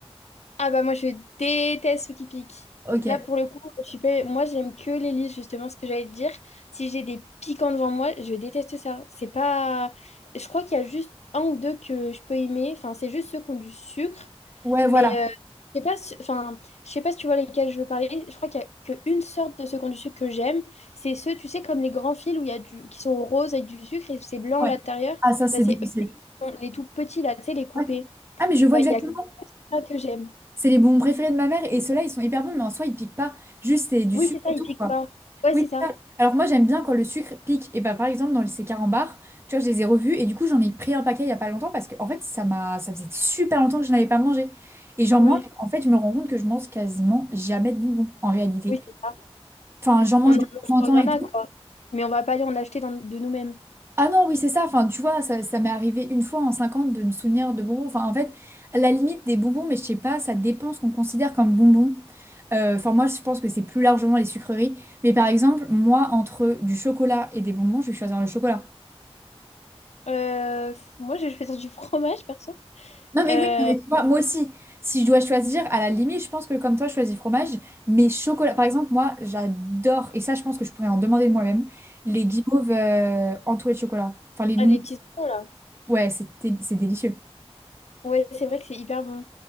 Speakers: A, on the left; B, on the right.
A: Ah bah moi je déteste ceux qui piquent.
B: Ok.
A: Là pour le coup, je suis pas... moi j'aime que les lys justement ce que j'allais te dire. Si j'ai des piquants devant moi, je déteste ça. C'est pas je crois qu'il y a juste un ou deux que je peux aimer, enfin c'est juste ceux qui ont du sucre
B: Ouais,
A: mais
B: voilà.
A: euh, je sais pas si- enfin je sais pas si tu vois lesquels je veux parler. Je crois qu'il y a qu'une sorte de ceux qui ont du sucre que j'aime, c'est ceux tu sais comme les grands fils où il y a du qui sont roses avec du sucre et c'est blanc
B: Ouais.
A: à l'intérieur,
B: Ah, ça, c'est
A: bah c'est
B: délicieux.
A: eux les les tout petits là, tu sais les coupés.
B: Ouais. Ah, mais je
A: Et
B: vois
A: bah,
B: exactement.
A: il y a que ça que j'aime.
B: C'est les bonbons préférés de ma mère et ceux-là, ils sont hyper bons, mais en soi, ils piquent pas. Juste, c'est du
A: Oui,
B: sucre
A: c'est ça,
B: autour,
A: ils piquent
B: quoi.
A: pas. Ouais,
B: Oui,
A: c'est ça.
B: c'est ça. Alors que moi, j'aime bien quand le sucre pique. Et bah, par exemple, dans ces carambars, tu vois, je les ai revus et du coup, j'en ai pris un paquet il y a pas longtemps parce que, en fait, ça m'a... ça faisait super longtemps que je n'avais pas mangé. Et j'en
A: Ouais.
B: mange, en fait, je me rends compte que je mange quasiment jamais de bonbons en réalité.
A: Oui, c'est ça.
B: Enfin, j'en mange
A: On en
B: de temps en temps
A: il y
B: et
A: en a,
B: tout.
A: quoi. Mais on va pas aller en acheter dans- de nous-mêmes.
B: Ah non, oui, c'est ça. Enfin, tu vois, ça, ça m'est arrivé une fois en 50 de me souvenir de bonbons. Enfin, en fait, à la limite des bonbons, mais je sais pas, ça dépend ce qu'on considère comme bonbons. Euh, Enfin, moi, je pense que c'est plus largement les sucreries. Mais par exemple, moi, entre du chocolat et des bonbons, je vais choisir le chocolat.
A: Euh, pff, moi, je vais faire du fromage, perso.
B: Non, mais
A: Euh,
B: oui, non, mais tu vois, moi aussi, si je dois choisir, à la limite, je pense que comme toi, je choisis fromage, mais chocolat. Par exemple, moi, j'adore, et ça, je pense que je pourrais en demander de moi-même, les guimauves euh, entourées de chocolat. Enfin, les noix
A: ah, les petits oignons, là.
B: Ouais, c'était, c'est délicieux.
A: Ouais, c'est vrai que c'est hyper bon.